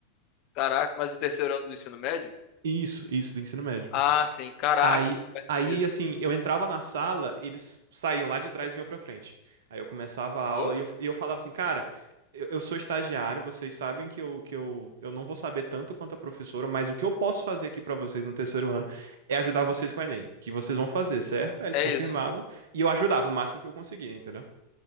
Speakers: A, on the left; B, on the right.
A: Caraca, mas o terceiro ano do ensino médio?
B: Isso, isso do ensino médio.
A: Ah, sim, caraca,
B: Aí,
A: faz
B: aí,
A: sentido.
B: assim, eu entrava na sala, eles saíam lá de trás e vinham pra frente. Aí eu começava a
A: Pô,
B: aula e eu, e eu falava assim, cara, eu, eu sou estagiário, vocês sabem que, eu, que eu, eu não vou saber tanto quanto a professora, mas o que eu posso fazer aqui pra vocês no terceiro ano é ajudar vocês com o Enem, que vocês vão fazer, certo? Aí eles
A: é
B: confirmavam
A: isso.
B: e eu ajudava o máximo que eu conseguia, entendeu?